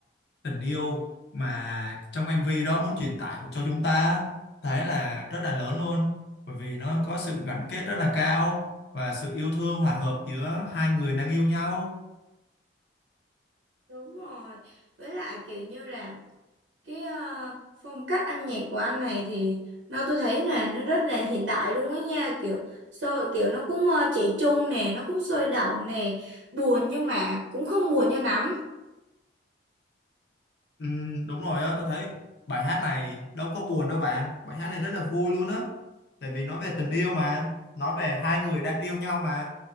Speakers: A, on the left; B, on the right.
A: tình yêu mà trong MV đó muốn truyền tải của cho chúng ta thấy là rất là lớn luôn bởi vì nó có sự gắn kết rất là cao và sự yêu thương hòa hợp giữa hai người đang yêu nhau
B: Đúng rồi. Với lại kiểu như là cái ờ, phong cách âm nhạc của anh này thì nó tôi thấy là nó rất là hiện đại luôn á nha, kiểu sôi kiểu nó cũng uh, trẻ trung nè, nó cũng sôi động nè, buồn nhưng mà cũng không buồn cho lắm.
A: Ừ, đúng rồi á, tôi thấy bài hát này đâu có buồn đâu bạn. Bài hát này rất là vui luôn á. Tại vì nói về tình yêu mà, nói về hai người đang yêu nhau mà.